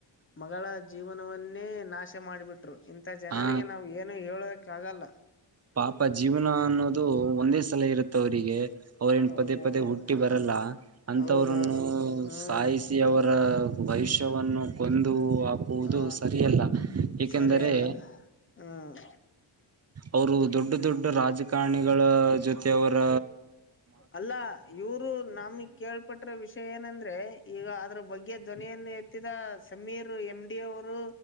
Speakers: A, on the left (about 25°); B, on the right (about 35°).
A: ಮಗಳ ಜೀವನವನ್ನೇ ನಾಶ ಮಾಡಿಬಿಟ್ರು ಇಂಥ ಜನರಿಗೆ
B: ಹಾ
A: ನಾವು ಏನು ಹೇಳೋಕ್ಕಾಗಲ್ಲ
B: ಪಾಪ ಜೀವನ ಅನ್ನೋದು ಒಂದೇ ಸಲ ಇರತ್ತ ಅವರಿಗೆ ಅವ್ರೇನ
A: ಹೌದೌದೌದು
B: ಪದೇ ಪದೇ ಹುಟ್ಟಿ ಬರಲ್ಲ. ಅಂತವ್ರನ್ನು
A: ಹೌದೌದು ಹ್ಮ್
B: ಸಾಯಿಸಿ ಅವರ ಭವಿಷ್ಯವನ್ನು ಕೊಂದು ಹಾಕುವುದು
A: ಹ್ಮ
B: ಸರಿಯಲ್ಲ ಏಕೆಂದರೆ
A: ಸರಿ ಅಲ್ಲ ಹ್ಮ್
B: ಅವರು ದೊಡ್ಡ ದೊಡ್ಡ ರಾಜಕಾರಣಿಗಳ ಜೊತೆ ಅವರ್
A: ಅಲ್ಲಾ ಇವ್ರು ನಮಗ್ ಕೇಳ್ಪಟ್ರಿ ವಿಷಯ ಏನಂದ್ರೆ ಈಗ ಅದ್ರ ಬಗ್ಗೆ ಧ್ವನಿಯನ್ನ ಎತ್ತಿದ ಸಮೀರ್ ಎಮ ಡಿ ಅವರು